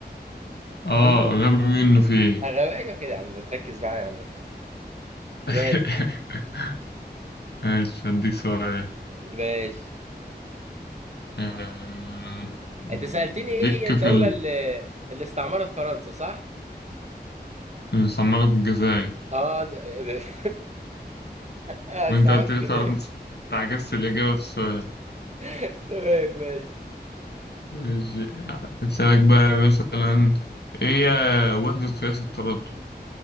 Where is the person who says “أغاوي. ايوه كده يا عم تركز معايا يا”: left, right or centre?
Right